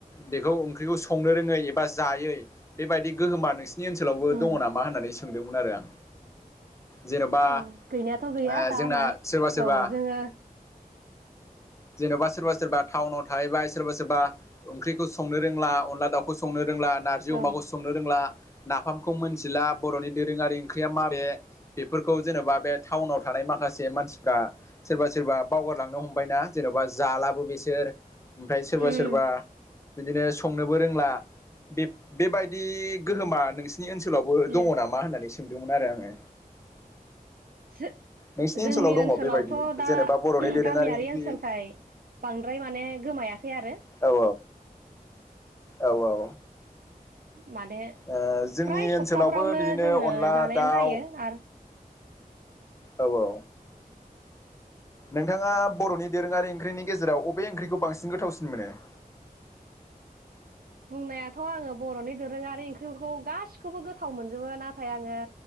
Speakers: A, on the left; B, on the right.
A: बेखौ ओंख्रिखौ संनो रोङै एबा जायै बेबाय दि गोहोमा नोंसिनि ओनसोलावबो
B: उम
A: दङ' नामा होननानै सोंदोंमोन आरो आं। जेन'बा
B: औ गैनायाथ' गैया
A: ओ
B: दा
A: जोंना
B: मा
A: सोरबा सोरबा
B: औ जोङो
A: जेन'बा सोरबा सोरबा टाउनाव थाहैबाय सोरबा सोरबा ओंख्रिखौ संनो रोंला अनला दाउखौ संनो रोंला नारजि
B: औ
A: अमाखौ संनो रोंला नाफामखौ मोनथिला बर'नि दोरोङारि ओंख्रिया माबे बेफोरखौ जेनेबा बे टाउनाव थानाय माखासे मानसिफ्रा सोरबा सोरबा बावगारलांनो हमबायना जेन'बा जालाबो बिसोर ओमफ्राय सोरबा
B: उम
A: सोरबा बिदिनो संनोबो रोंला बे बेबायदि गोहोमा नोंसि नि ओनसोलावबो
B: उम
A: दङ' नामा होननानै सोंदोंमोन आरो आङो।
B: जो
A: नोंसिनि
B: जोंनि
A: ओनसोलाव दङ
B: ओनसोलावथ'
A: बेबायदि
B: दा
A: जेनेबा बर'नि दोरोङारि
B: गामियारि
A: ओंख्रि
B: ओनसोलखाय बांद्राय माने गोमायाखै आरो
A: औ औ औ औ।
B: माने
A: ओ जोंनि
B: फ्राय
A: ओनसोलावबो
B: सप्ताफ्रावनो
A: बिदिनो
B: जोङो
A: अनला
B: जानायानो
A: दाउ
B: जायो आरो
A: औ औ। नोंथाङा बर'नि दोरोङारि ओंख्रिनि गेजेराव अबे ओंख्रिखौ बांसिन गोथावसिन मोनो? <inaudible>
B: बुंनायाथ' आङो बर'नि दोरोङारि ओं <unintelligible> गासिखौबो गोथाव मोनजोबो। नाथाय आङो